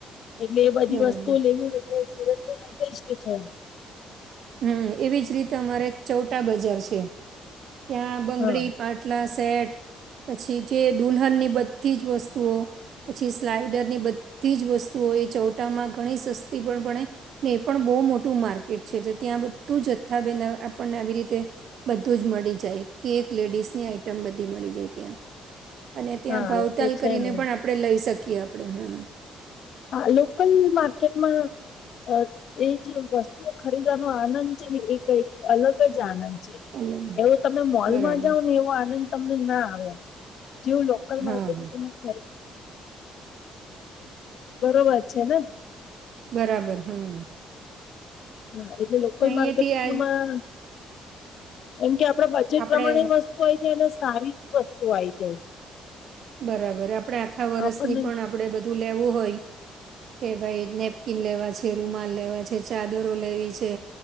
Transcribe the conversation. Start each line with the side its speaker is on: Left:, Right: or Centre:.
Left: એટલે એ બધી
Right: બરાબર
Left: વસ્તુ લેવી હોય તો એટલે સુરત તો બેસ્ટ છે.
Right: હમ, એવી જ રીતે અમારે એક ચૌટા બજાર છે, ત્યાં બંગડી
Left: હા
Right: પાટ- ટલા સેટ પછી જે દુલ્હનની બધી જ વસ્તુઓ પછી સ્લાઇડરની બધી જ વસ્તુઓ એ ચૌટામાં ઘણી સસ્તી પણ પડે ને એ પણ બઉ મોટું માર્કેટ છે જે ત્યાં બધું જથ્થા બેન અ આપણને આવી રીતે બધું જ મળી જાય કેક લેડીસની આઈટમ બધી મળી જાય ત્યાં. અને ત્યાં
Left: હા
Right: ભાવતાલ
Left: એ તો છે
Right: કરીને
Left: ને
Right: પણ આપડે લઈ શકીએ આપડે, હા.
Left: આ લોકલ માર્કેટમાં અ એ જે વસ્તુઓ ખરીદવાનો આનંદ છે ને એ કઈક અલગ જ આનંદ છે.
Right: અલગ
Left: એવો તમે મોલમાં
Right: બરાબર
Left: જાઓ ને એવો આનંદ તમને ના આવે જેવો લો કલ માર્કેટ
Right: હા હા
Left: માં તમે ખરી બરોબર છે ને.
Right: બરાબર, હમ.
Left: હા એટલે લોકલ
Right: અહીંયાથી
Left: માર્કેટમાં
Right: આ
Left: એમ કે આપડા બજેટ
Right: આપણે
Left: પ્રમાણે વસ્ તું આઇ જાય એટલે સારી જ વસ્તુ આઇ જાય.
Right: બરાબર, આપડે આખા વરસની
Left: આપણને
Right: પણ આપડે બધું લેવું હોય કે ભાઈ નેપકીન લેવા છે, રૂમાલ લેવા છે ચાદરો લેવી છે.